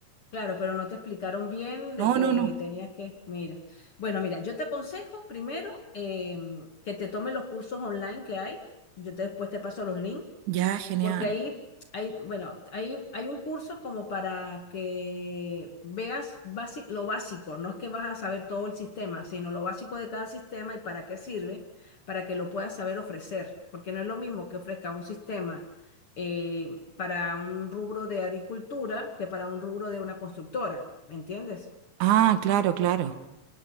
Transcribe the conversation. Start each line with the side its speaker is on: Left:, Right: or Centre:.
Left: Claro, pero no te explicaron bien
Right: No,
Left: de que
Right: no, no.
Left: tenías que, mira. Bueno, mira, yo te aconsejo primero em, que te tomes los cursos online que hay. Yo te- después te paso los links
Right: Ya, genial.
Left: porque ahí hay, bueno, ahí hay un curso como para que veas basi- lo básico, no es que vas a saber todo el sistema, sino lo básico de cada sistema y para qué sirve, para que lo puedas saber ofrecer, porque no es lo mismo que ofrezca un sistema eh, para un rubro de agricultura que para un rubro de una constructora, ¿me entiendes?
Right: Ah, claro, claro.